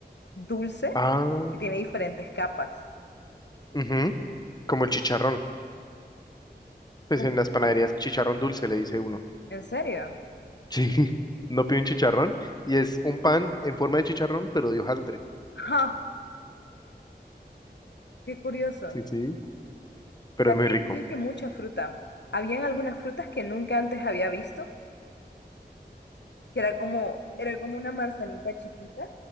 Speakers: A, on the left; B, on the left.
A: dulce
B: Ah.
A: que tiene diferentes capas.
B: ujú, Como el chicharrón. Pues
A: ¿Como
B: en las
A: chicharrón?
B: panaderías chicharrón dulce le dice uno.
A: ¿En serio?
B: Sí. <laughs> No pide un chicharrón y es un pan en forma de chicharrón, pero de hojaldre.
A: ¡Ja! ¡Qué curioso!
B: Sí, sí. Pero
A: También
B: es muy rico.
A: vi que mucha fruta. Habían algunas frutas que nunca antes había visto, que era como, era como una manzanita chiquita